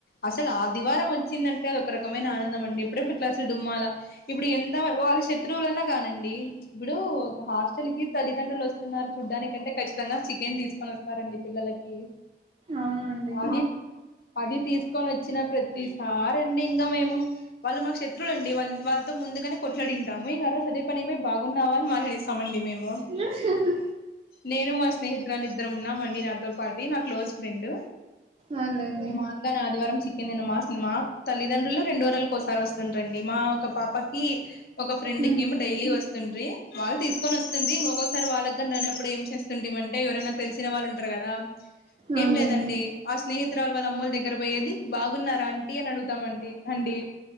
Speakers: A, on the left (about 55°); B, on the right (about 30°).
A: అసలు ఆదివారం ఒచ్చిందన్ అది ఒక రకమైన ఆనందం అండి. ఎప్పుడెప్పుడు క్లాసులు డుమ్మాలా ఇప్పుడు ఎంతల వాళ్ళు శత్రువులన్నా గానండి. ఇప్పుడూ ఒక హాస్టల్ కి తల్లిదండ్రులు వస్తున్నారు చూడ్డానికంటే, ఖచ్చితంగా చికెన్ దీసుకొని ఒస్తారండి పిల్లలకీ.
B: అవునండి
A: అది పది తీసుకొని ఒచ్చినప్పుడే తీసినవా? రెండింగ మేము వాళ్ళు మాకు శత్రులు అండి. వాళ్ళ వాళ్ళతో ముందుగానే కొట్లాడింటాము ఇంగ ఆరోజు అదే పని వేడ్ బాగున్నావా? మల్లిస్తామండి మేము.
B: హు హు
A: నేను, మా స్నేహితురాలు ఇద్దరం ఉన్నామండి. నాతో పాటి నా క్లోజ్ ఫ్రెండ్.
B: అవునులేండి
A: మా మన ఆదివారం చికెన్ అన్నమాసలు మా తల్లిదండ్రులు రెండు వారాలకోసారి వస్తుంట రండి. మా ఒక పాపకీ ఒక ఫ్రెండుకేమొ
B: హ్మ్.
A: డైలీ వస్తుండ్రీ. వాళ్ళు తీసుకొని వస్తుంది. ఒక్కోకసారి వాళ్ళక్ గంద్ అయినప్పుడు ఏం చేస్తుంటంటిమి అంటే, ఎవరన్నా తెలిసిన వాళ్ళు ఉంటరు గదా?
B: అవునులేండి
A: ఏం లేదండీ ఆ స్నేహితురాలు వాళ్ళ అమ్మోల్ల దగ్గర బోయేది, బాగున్నారా అంటీ అని అడుగుతామండి. అండీ